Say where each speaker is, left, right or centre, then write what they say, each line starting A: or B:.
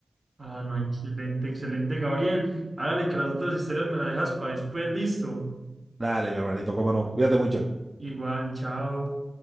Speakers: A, on the right; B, on the right.
A: ah, no, excelente, excelente, Gabriel. Hágale que las otras historias me las dejas para después, listo.
B: Dale, mi hermanito, cómo no. Cuídate mucho.
A: Igual, chao.